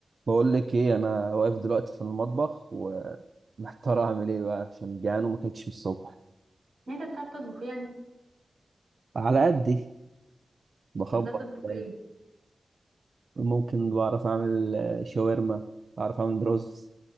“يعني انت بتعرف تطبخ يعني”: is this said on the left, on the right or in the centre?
Right